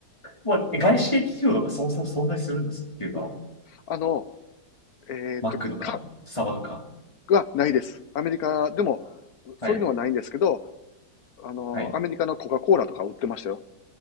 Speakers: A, on the left; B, on the left.
A: まあ、外資系企業とかそもそも存在するんですっていうか、
B: あの、えっと、
A: マックとか、
B: か、
A: スタバとか。
B: はないです。アメリカでも、
A: はい。
B: そういうのはないんですけど、あの、
A: はい。
B: アメリカのコカ・コーラとか売ってましたよ。